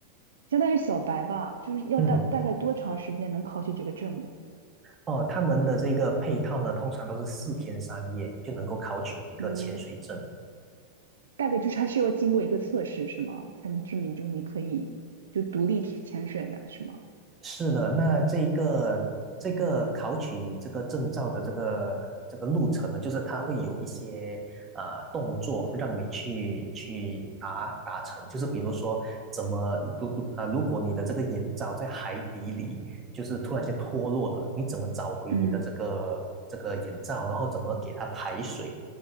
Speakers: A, on the right; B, on the right.
A: 相当于小白吧，就是要大大概多长时间能考取这个证呢？
B: 嗯。哦，他们的这个配套呢，通常都是四天三夜就能够考取一个潜水证。
A: 嗯，大概就是还是要经过一个测试是吗？才能证明就是你可以就独立体潜水的是吗？
B: 是的，那这个这个考取这个证照的这个这个路程呢，就是它会有一些呃动作让你去去达达成，就是比如说怎么如如啊，如果你的这个眼罩在海底里就是突然间脱落了，你怎么找回你的这个这个眼罩，
A: 嗯，
B: 然后怎么给它排水。